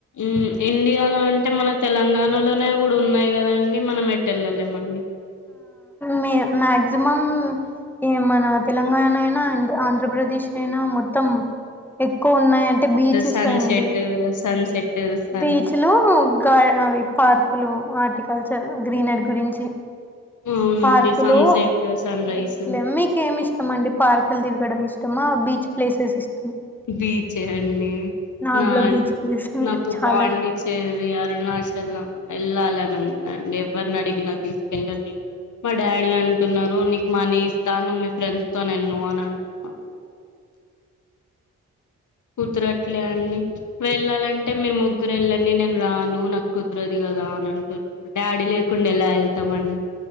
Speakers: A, on the left (about 65°); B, in the centre.
A: ఊ ఇండియాలో అంటే మన తెలంగాణలోనే కూడా ఉన్నాయి కదా అండి మనం ఎట్ వెళ్ళలేమండి.
B: మీర్ మాక్సిమమ్ ఇగ మన తెలంగాణ అయినా అండ్ ఆంధ్రప్రదేశ్ అయినా మొత్తం ఎక్కో ఉన్నాయి అంటే బీచెస్
A: సన్సెట్
B: అండి.
A: సన్సెట్ సన్
B: బీచ్ లో గ అవి పార్క్ ప్పులు ఆర్టికల్చర్ గ్రీనరీ గురించి
A: అవునండి
B: పార్కులు
A: సన్సెట్ సన్ రైస్
B: బీచ్లేం మీకేమి ఇష్టం అండి పార్కులు తిరగడం ఇష్ టమా బీచ్ ప్లేసెస్ ఇస్
A: బీచ్ ఏ అండి
B: నాకు
A: నాన్
B: కూడా బీచ్ ప్లేస్ అంటే
A: నాకు
B: చాలా
A: పాండిచ్చేరి ఇగ అరుణాచలం వెళ్ళాలని ఉందండి ఎవరిని అడిగినా తీసుకెళ్ళట్లే మా డాడీ అంటున్నారు నీకు మనీ ఇస్తా నువ్ మీ ఫ్రెండ్స్ తోని వెళ్లు అని అంటున్నారు కుదరట్లే అండి వెళ్ళాలంటే మీరు ముగ్గురు వెళ్ళండి నేను రాను నాకు కుదరదు ఇగ కదా అని అంటున్నా డాడీ లేకుండా ఎలా వెళ్తామన్